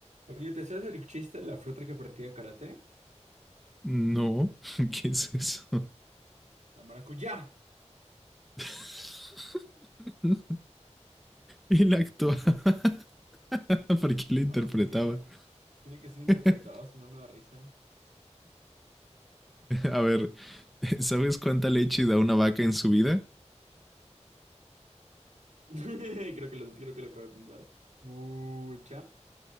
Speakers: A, on the right; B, in the centre.
A: Oye, ¿te sabes el chiste de la fruta que practica karate?
B: No, <laughs> ¿qué es eso?
A: La maracuyá.
B: <laughs> Él actuaba. <laughs> ¿Por qué lo interpretaba.
A: No, tiene que ser, act- tiene que ser interpretado,
B: <laughs>
A: si no, no da risa.
B: A ver, ¿sabes cuánta leche da una vaca en su vida?
A: <laughs> Creo que lo, creo que lo acabo de pensar. Mucha.